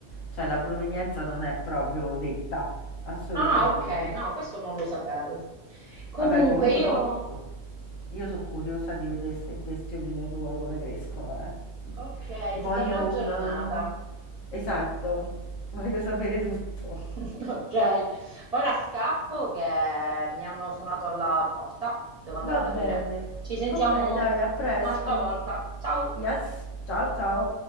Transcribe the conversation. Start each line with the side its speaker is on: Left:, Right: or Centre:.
Left: cioè la provenienza non è proprio detta, assolutamente.
Right: Ah, ok, no, questo non lo sapevo. Comunque
Left: Vabbè, comunque
Right: io...
Left: mo, so- io sono curiosa di vedere queste bestioline tue come crescono, eh.
Right: Ok,
Left: Voglio
Right: ti terrò aggiornata.
Left: una... un- Esatto, voglio sapere tutto.
Right: <laughs> Ok, ora scappo che mi hanno suonato alla porta. Devo andare
Left: Va
Right: ad
Left: bene.
Right: aprire. Ci sentiamo
Left: Ok, dai, a presto.
Right: un'altra volta. Ciao!
Left: Yes, ciao ciao.